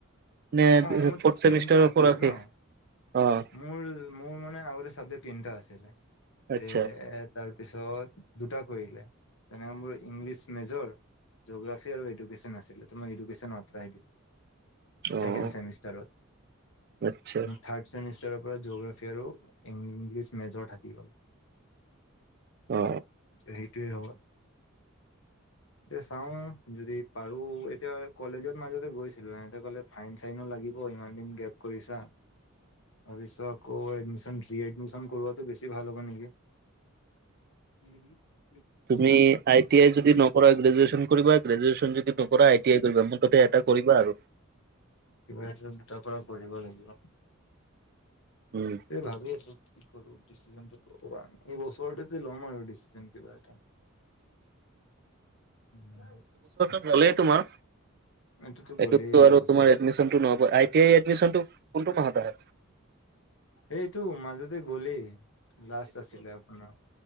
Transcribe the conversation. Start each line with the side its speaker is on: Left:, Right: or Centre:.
Right: নে
Left: অ মোৰ
Right: ফৰ্থ চেমিষ্টাৰৰ
Left: তিনিটা আছিলে
Right: পৰা শেষ?
Left: ন
Right: অ',
Left: মোৰ মোৰ মানে আগতে চাবজেক্ট তিনিটা আছিলে
Right: আচ্ছা
Left: যে তাৰপিছত দুটা কৰিলে তেনেকে মোৰ ইংলিছ মেজৰ। জি'গ্ৰাফী আৰু এডুকেশ্যন আছিলে তোমাৰ এডুকেশ্যন আঁতৰাই দিলে
Right: অ'।
Left: ছেকেণ্ড চেমিষ্টাৰত।
Right: আচ্ছা।
Left: থাৰ্ড চেমিষ্টাৰৰ পৰা জি'গ্ৰাফি আৰু ইংলিছ মেজৰ থাকি গল।
Right: অ।
Left: সেইটোয়ে হ'ব। এতিয়া চাও যদি পাৰো এতিয়া কলেজত মাজতে গৈছিলো হেহতে কলে। ফাইন চাইনো লাগিব ইমান দিন গেপ কৰিছা। ভাবি চোৱা আকৌ এডমিশন ফ্ৰী এডমিশন কৰোৱাটো বেছি ভাল হ'ব নেকি? <unintelligible>
Right: তুমি আই টি আই যদি নকৰা গ্ৰেজুৱে্যন কৰিবা গ্ৰজুৱেচন যদি নকৰা আই টি আই কৰিবা। মুঠতে এটা কৰিবা আৰু।
Left: কিবা এটা দুটাৰ পৰা কৰিব লাগিব।
Right: উম।
Left: এই ভাবি আছো। কি কৰো ডিচিশনটো লব নাই এই বছৰটোতে ল'ম আৰু দিছিচিজন কিবা এটা। উম। <inaudible>
Right: ভালে তোমাৰ?
Left: এইটোতো গ'লেই
Right: এইটো আৰু
Left: বছৰ
Right: তোমাৰ এডমিশ্যনটো নহব আঁই টি আই এডমিশনটো কোনটো মাহত আহে?
Left: এইটো মাজতে গ'লেই লাষ্ট আছিলে আপোনাৰ